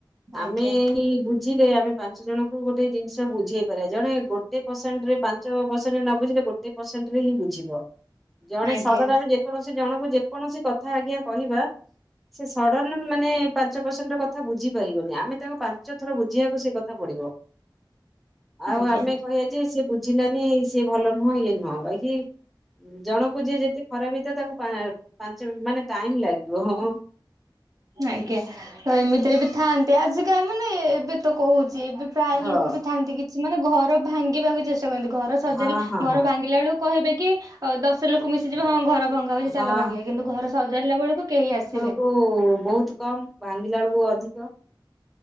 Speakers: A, on the right (about 45°); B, in the centre.
A: ଆଜ୍ଞା।
B: ଆମେ ଇଙ୍ଗ ବୁଝିଲେ ଆମେ ପାଞ୍ଚ ଜଣଙ୍କୁ ଗୋଟେ ଜିନିଷ ବୁଝେଇ ପାରିବା ଜଣେ ଗୋ କେତେ ପରସେଣ୍ଟ ରେ ପାଞ୍ଚ ପରସେଣ୍ଟରେ ନ ବୁଝିଲେ ଗୋ ତେ ପରସେଣ୍ଟରେ ହିଁ ବୁଝିବ ଜଣେ
A: ଆଜ୍ଞା
B: ସଡ଼ନ ଆମେ ଯେକୌଣସି ଜଣଙ୍କୁ ଯେକୌଣସି କ ଥା ଆଜ୍ଞା କହିବା ସେ ସଡ଼ନ ମାନେ ପାଞ୍ଚ ପରସେଣ୍ଟ ର କଥା ବୁଝି ପାରିବନି ଆମେ ତାଙ୍କୁ ପାଞ୍ଚ ଥର ବୁଝେଇବାକୁ ସେ କଥା ପଡିବ ଆଉ
A: ଆଜ୍ଞା
B: ଆମେ କହିବା ଯେ ସିଏ ବୁଝିଲାନି ସିଏ ଭଲ ନୁହଁ ଇଏ ନୁହଁ ବାକି। ଉଁ ଜଣଙ୍କୁ ଯିଏ ଯେତେ ଖରାପ ହେଉଥାଏ ତାଙ୍କୁ ପା-ପାଞ୍ଚ ମି ମାନେ ଟାଇମ ଲାଗିବ ହଁ ହଁ।
A: ଆଜ୍ଞା ଏମିତିରେ ବି ଥାଆନ୍ତି ଆଜିକା ମାନେ ଏବେ ତ କହୁଛି ଏବେ ପ୍ରାୟ
B: ହଁ
A: ଲୋକ ବି ଥାନ୍ତି କିଛି ମାନେ ଘର ଭାଙ୍ଗିବାକୁ ଚେଷ୍ଟା କରନ୍ତି ଘର ସଜାଲେ
B: ହଁ ହଁ
A: ଘର
B: ହଁ
A: ଭାଙ୍ଗିଲା ବେଳକୁ କହିବେ କି ଆ ଦଶ ଲୋକ ମିଶିଯିବ ହଁ ଘର ଭଙ୍ଗା ହଉଛି
B: ହଁ
A: ଚାଲ ଭାଙ୍ଗିବେ କିନ୍ତୁ ଘର ସଜାଡ଼ିଲା ବେଳକୁ କେହି ଆସେ
B: ବୋ ଓ ବହୁତ କମ ଭାଙ୍ଗିଲା ବେଳକୁ ଅଧିକ